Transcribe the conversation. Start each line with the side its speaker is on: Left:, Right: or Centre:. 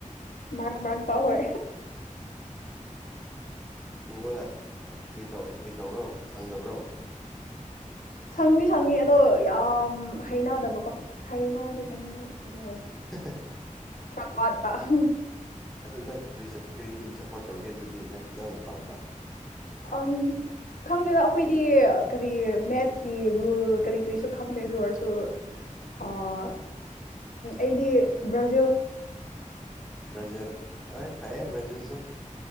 Left: ꯃꯔꯛ ꯃꯔꯛꯇꯥ ꯍꯣꯏ
Centre: ꯃꯤꯉꯣꯟꯅ ꯀꯔꯤ ꯇꯧ ꯀꯔꯤ ꯇꯧꯕ꯭ꯔꯣ ꯁꯪꯗꯕ꯭ꯔꯣ
Left: ꯁꯪꯅꯗꯤ ꯁꯪꯉꯤ ꯑꯗꯣ ꯌꯥꯝ ꯍꯩꯅꯗꯕꯀꯣ ꯍꯩꯅꯗꯤ ꯍꯅ ꯑꯗꯨ ꯑꯣꯏꯔꯁꯦ
Centre: <inaudible>
Left: <unintelligible>
Centre: ꯑꯗꯨ ꯅꯪ ꯀꯔꯤ ꯁꯞ ꯀꯔꯤ ꯇꯤꯝ ꯁꯞꯄꯣꯔꯠ ꯇꯧꯒꯦ ꯑꯗꯨꯗꯤ ꯅꯪ ꯅꯪꯅ ꯄꯥꯝꯕ
Left: ꯑꯝ ꯈꯪꯗꯦꯗ ꯑꯩꯈꯣꯏꯗꯤ ꯀꯔꯤ ꯃꯦꯠꯁꯀꯤ ꯔꯨꯜ ꯀꯔꯤ ꯀꯔꯤꯁꯨ ꯈꯪꯗꯦ ꯑꯗꯨ ꯑꯣꯏꯔꯁꯨ ꯑꯥ ꯑꯩꯗꯤ ꯕ꯭ꯔꯖꯤꯜ
Centre: ꯕ꯭ꯔꯥꯖꯤꯜ ꯑꯩ ꯐꯩꯌꯦ ꯕ꯭ꯔꯖꯤꯜꯁꯨ